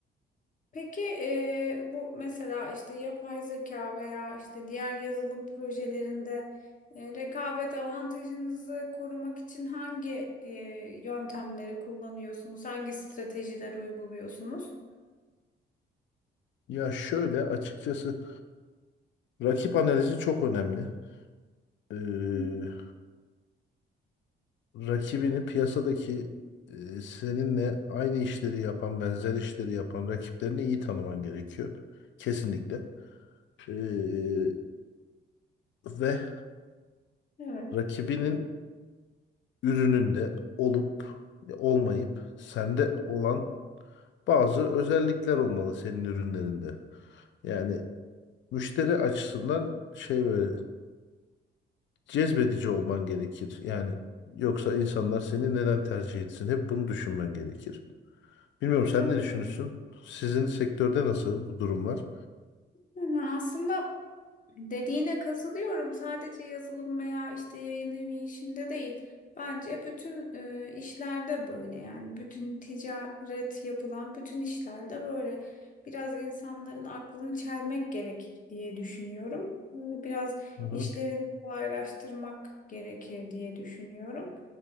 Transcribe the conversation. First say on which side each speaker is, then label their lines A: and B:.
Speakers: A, on the left; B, on the left.
A: Peki eee, bu mesela işte yapay zeka veya işte diğer yazılım projelerinde eee, rekabet avantajınızı korumak için hangi eee, yöntemleri kullanıyorsunuz? Hangi stratejiler uyguluyorsunuz?
B: Ya şöyle açıkçası rakip analizi çok önemli. Ee,
A: Hı,
B: rakibini piyasadaki e, seninle aynı işleri yapan, benzer işleri yapan rakiplerini iyi tanıman gerekiyor. Kesinlikle. Ee, ve
A: evet,
B: rakibinin ürününde olup olmayıp sende olan bazı özellikler olmalı senin ürünlerinde. Yani müşteri açısından şey böyle cezbedici olman gerekir. Yani yoksa insanlar seni neden tercih etsin? Hep bunu düşünmen gerekir. Bilmiyorum sen
A: tabii.
B: ne düşünürsün? Sizin sektörde nasıl bu durumlar?
A: Yani aslında Dediğine katılıyorum. Sadece yazılım veya işte yayın evi işinde değil. Bence bütün e, işlerde böyle yani bütün ticaret yapılan bütün işlerde böyle biraz insanların aklını çelmek gerekir diye düşünüyorum. E, Biraz
B: Hı hı.
A: işlerini kolaylaştırmak gerekir diye düşünüyorum.